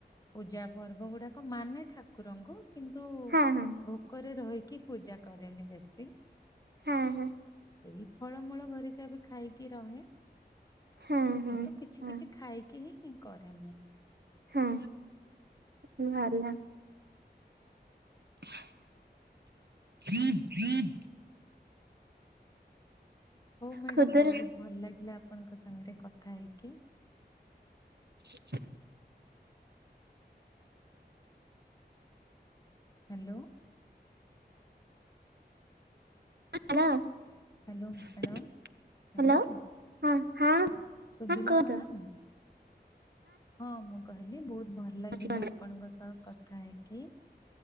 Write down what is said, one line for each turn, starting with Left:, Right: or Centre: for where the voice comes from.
Left: ପୂଜା ପର୍ବ ଗୁଡାକ ମାନେ ଠାକୁରଙ୍କୁ କିନ୍ତୁ
Right: ହଁ ହଁ
Left: ଭ ଭୋକରେ ରହିକି ପୂଜା କରେନି ବେଶୀ
Right: ହଁ ହଁ।
Left: ଏଇ ଫଳମୂଳ ଘରିକା ବି ଖାଇକି ରହେ।
Right: ହଁ ହଁ
Left: କିନ୍ତୁ କିଛି
Right: ହଁ
Left: କିଛି ଖାଇକି ହିଁ କରେ ମୁଁ
Right: ହଁ ଭଲ <inaudible>
Left: ହଉ ମ୍ୟାଡାମ
Right: ଖୁଦୁରୁ
Left: ବହୁତ ଭଲ ଲାଗିଲା ଆପଣଙ୍କ ସାଙ୍ଗରେ କଥା ହେଇକି।
Right: <inaudible>
Left: Hello.
Right: Hello.
Left: Hello madam
Right: hello
Left: hello
Right: ହ ହଁ ହଁ
Left: ଶୁଭିଲା
Right: <unintelligible>
Left: ମ୍ୟାଡ଼ାମ? ହଁ ମୁଁ କହିଲି ବହୁତ ଭଲ ଲାଗିଲା
Right: କୁହନ୍ତୁ।
Left: ଆପଣଙ୍କ ସହ କଥା ହେଇକି